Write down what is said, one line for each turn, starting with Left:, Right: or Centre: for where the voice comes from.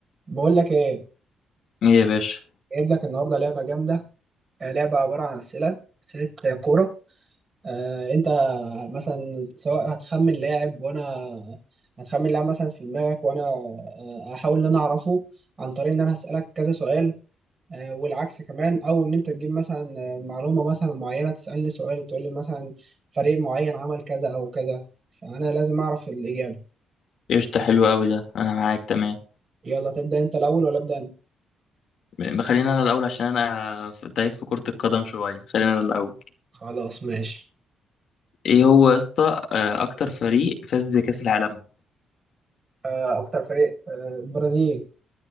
Right: بقول لك ايه
Left: ايه يا باشا
Right: جايب لك النهارده لعبه جامده آه، لعبه عباره عن اسئله اسئله كوره آه، انت مثلا سواء هتخمن لاعب وانا هتخمن لاعب مثلا في دماغك وانا آه، هحاول ان انا اعرفه عن طريق ان انا هسالك كذا سؤال آه، والعكس كمان او ان انت تجيب مثلا آه، معلومه مثلا معينه تسالني سؤال تقول لي مثلا فريق معين عمل كذا او كذا فانا لازم اعرف الاجابه
Left: قشطة حلو قوي ده انا معاك تمام
Right: يلا تبدا انت الاول ولا ابدا انا
Left: م- خلينا انا الاول عشان انا ف- تايه في كرة القدم شوية خلينا انا الاول
Right: خلاص ماشي
Left: ايه هو يا اسطى آه، اكتر فريق فاز بكأس العالم
Right: آه، اكتر فريق آه، البرازيل